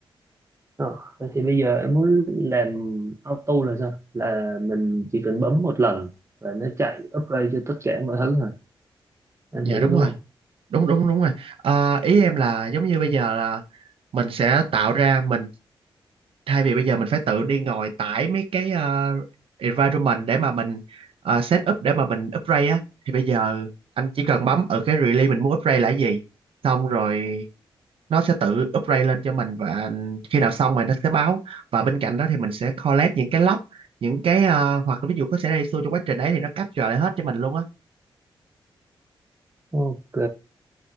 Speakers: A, on the right; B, on the right.
A: Ờ, Vậy thì bây giờ em muốn làm auto là sao là mình chỉ cần bấm một lần và nó chạy upgrade cho tất cả mọi thứ hả anh
B: dạ
A: hiểu
B: đúng
A: có đúng
B: rồi
A: không
B: đúng đúng đúng rồi Ờ, ý em là giống như bây giờ là mình sẽ tạo ra mình thay vì bây giờ mình phải tự đi ngồi tải mấy cái ờ, environment để mà mình ờ, set up để mà mình upgrade á thì bây giờ anh chỉ cần bấm ở cái release mình muốn upgrade là cái gì xong rồi nó sẽ tự upgrade lên cho mình và khi nào xong rồi nó sẽ báo và bên cạnh đó thì mình sẽ collect những cái log những cái ờ, hoặc là ví dụ có xảy ra issue trong quá trình đấy thì nó capture lại hết cho mình luôn á
A: ok